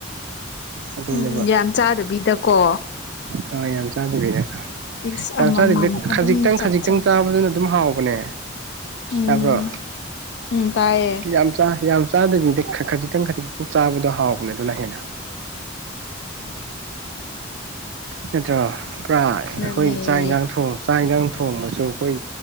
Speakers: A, on the right; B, on the left.
A: ꯑꯗꯨꯅꯦꯕ
B: ꯎꯝ ꯌꯥꯝ ꯆꯥꯗꯕꯤꯗꯀꯣ
A: ꯍꯣꯏ ꯌꯥꯝ ꯆꯥꯗꯕꯤꯗ
B: ꯄꯤꯁ
A: ꯌꯥꯝ
B: ꯑꯃꯃꯝ
A: ꯆꯥꯗꯦꯕꯤꯗ
B: ꯑꯗꯨꯝ
A: ꯈꯖꯤꯛꯇꯪ
B: ꯆꯥꯛꯆꯩ
A: ꯈꯖꯤꯛꯇꯪ ꯆꯥꯕꯗꯨꯅ ꯑꯗꯨꯝ ꯍꯥꯎ ꯕꯅꯦ
B: ꯎꯝ
A: ꯇꯥꯕꯔꯣ
B: ꯎꯝ ꯇꯥꯏꯌꯦ
A: ꯌꯥꯝ ꯆꯥ ꯌꯥꯝ ꯆꯥꯗꯕꯤꯗ ꯈꯖꯤꯛꯇꯪ ꯈꯖꯤꯛꯇꯪ ꯆꯥꯕꯗꯣ ꯍꯥꯎꯕꯅꯦ ꯑꯗꯨꯅ ꯍꯦꯟꯅ
B: ꯎꯝ
A: ꯅꯠꯇ꯭ꯔꯣ ꯄꯨꯔꯥ
B: ꯅꯅꯦ
A: ꯑꯈꯣꯏ ꯆꯥꯛ ꯏꯟꯖꯥꯡ ꯊꯣꯡ ꯆꯥꯛ ꯏꯟꯖꯥꯡ ꯊꯣꯡꯕꯁꯨ ꯑꯩꯈꯣꯏ